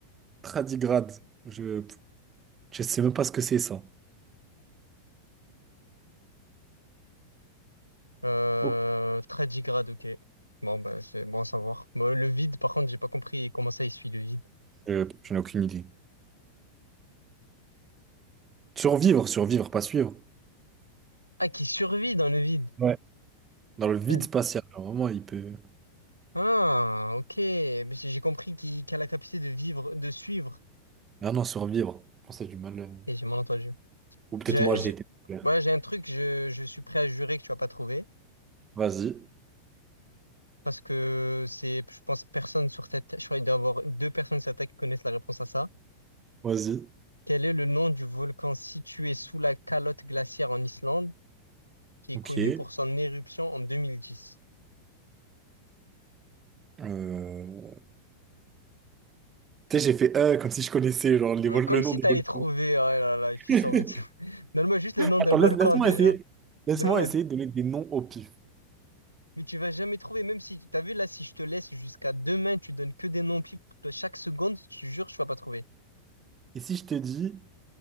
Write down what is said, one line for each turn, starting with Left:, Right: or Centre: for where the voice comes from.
Right: Tradigrade. Je je sais même pas ce que c'est ça.
Left: Euh,
Right: Ok.
Left: tardigrade, ok. Bon, bah, c'est bon à savoir. Bon, le vide, par contre, j'ai pas compris comment ça, il suit le vide.
Right: Euh, je n'ai aucune idée. Survivre, survivre, pas suivre.
Left: Ah, qui survit dans le vide.
Right: Ouais. Dans le vide
Left: Ouais.
Right: spatial. genre, vraiment, il peut.
Left: Ah, ok. Mais J'ai j'ai compris qu'il qu'il a la capacité de vivre, de suivre.
Right: Ah non, survivre. Je pense que c'est du mal. euh,
Left: Et j'ai mal entendu.
Right: Ou peut-être
Left: J'ai,
Right: moi, j'ai
Left: j'ai-
Right: été populaire.
Left: ouais, j'ai un truc, je, je suis prêt à jurer que tu vas pas trouver.
Right: Vas-y,
Left: Parce que c'est, je pense, personne sur cette terre. Je crois qu'il doit y avoir deux personnes sur cette terre qui connaissent la réponse à ça.
Right: vas-y.
Left: Quel est le nom du volcan situé sous la calotte glaciaire en Islande, qui est
Right: Ok.
Left: connu pour son éruption en 2010?
Right: Euh, Tu sais, j'ai fait euh, comme si je connaissais genre, les
Left: Euh,
Right: vol-
Left: Comme
Right: le nom
Left: si
Right: des
Left: t'allais
Right: volcans.
Left: trouver. Oh là là, il fait
Right: <laughs>
Left: semblant. <laughs> Donne-moi juste le nom
Right: Attends,
Left: d'un volcan
Right: laisse- laisse-moi
Left: déjà.
Right: essayer. Laisse-moi
Left: Donne-moi.
Right: essayer de donner des noms au pif.
Left: Mais tu vas jamais trouver, même si, t'as vu là, si je te laisse jusqu'à demain, tu donnes que des noms pipes chaque seconde, je te jure, tu vas pas trouver.
Right: Et si je te dis